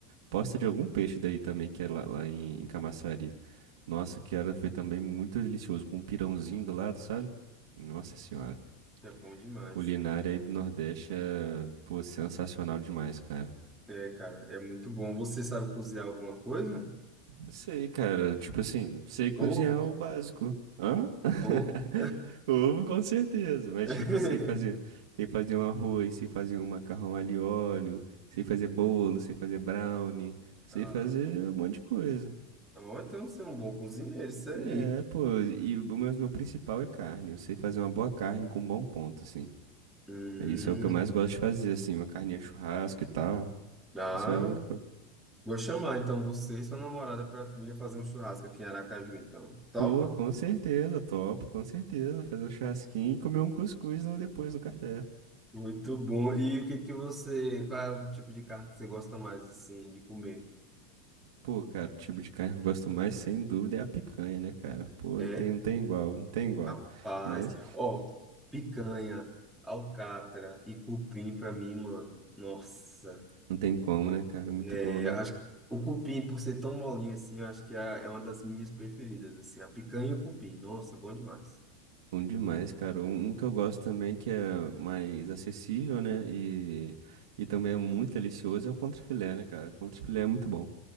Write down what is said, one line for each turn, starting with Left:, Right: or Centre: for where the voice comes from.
Right: posta de algum peixe daí também, que é lá, lá em, em Camaçari. Nossa, que era, foi também muito delicioso, com um pirãozinho do lado, sabe? Nossa senhora.
Centre: É bom demais.
Right: Culinária aí do Nordeste é, pô, sensacional demais, cara.
Centre: É, cara, é muito bom. Você sabe cozinhar alguma coisa?
Right: Sei, cara. Tipo assim, sei cozinhar
Centre: Ovo?
Right: o básico. Hã?
Centre: Ovo?
Right: <laughs> Ovo, com certeza. Mas,
Centre: <laughs>
Right: tipo, sei fazer. Sei fazer um arroz, sei fazer um macarrão alho e óleo, sei fazer bolo, sei fazer brownie, sei
Centre: Ah,
Right: fazer um monte de coisa.
Centre: então então você é um bom cozinheiro, isso aí.
Right: É, pô. E o mas meu principal é carne. Eu sei fazer uma boa carne com um bom ponto, assim.
Centre: Hum,
Right: Isso é o que eu mais gosto de fazer, assim, uma carninha de churrasco e tal.
Centre: ah,
Right: Isso eu, eu-
Centre: vou chamar então você e sua namorada para vir fazer um churrasco aqui em Aracaju, então. Topa?
Right: pô, com certeza, topo, com certeza. Fazer um churrasquinho e comer um cuscuz no- depois no café.
Centre: Muito bom. E o que que você, qual é o tipo de carne que você gosta mais assim de comer?
Right: Pô, cara, o tipo de carne que eu gosto mais, sem dúvida, é a picanha, né, cara? Pô,
Centre: É?
Right: não tem, não tem igual, não tem igual.
Centre: Rapaz,
Right: Mas
Centre: ó, picanha, alcatra e cupim pra mim, mano. Nossa,
Right: não tem como, né, cara? Muito
Centre: é,
Right: bom, né?
Centre: acho que o cupim, por ser tão molinho assim, eu acho que é, é uma das minhas preferidas, assim, a picanha e o cupim. Nossa, bom demais.
Right: Bom demais, cara. Um, um que eu gosto também, que é mais acessível, né? E, e também é muito delicioso, é o contrafilé, né, cara? Contrafilé é muito bom.